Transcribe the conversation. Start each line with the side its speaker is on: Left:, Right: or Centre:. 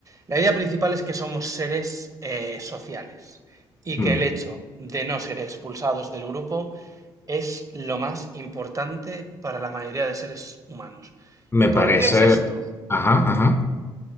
Right: La idea principal es que somos seres eh, sociales y
Left: Mm.
Right: que el hecho de no ser expulsados del grupo es lo más importante para la mayoría de seres humanos.
Left: Me
Right: ¿Y por
Left: parece,
Right: qué es esto?
Left: ajá, ajá.